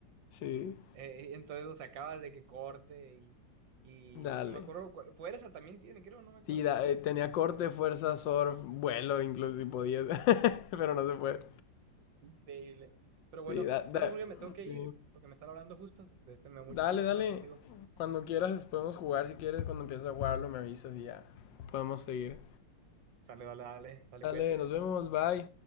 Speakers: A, on the left; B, on the right.
A: Sí,
B: Eh, entonces lo sacabas de que corte y. Y
A: dale.
B: no me acuerdo. cuál- Fuerza también tiene, creo, no me acuerdo.
A: Sí, da- eh, tenía corte, fuerza, surf, vuelo, incluso si podías, <laughs> pero no se puede.
B: Increíble. Pero bueno,
A: Sí, da- da-
B: bueno, Julio, me tengo que
A: sí.
B: ir porque me están hablando justo. De este me da mucho
A: Dale,
B: gusto
A: dale.
B: hablar contigo.
A: Cuando quieras podemos jugar, si quieres, cuando empieces a jugarlo me avisas y ya podemos seguir.
B: Sale, dale, dale, dale,
A: Dale,
B: cuídate.
A: nos vemos, bye.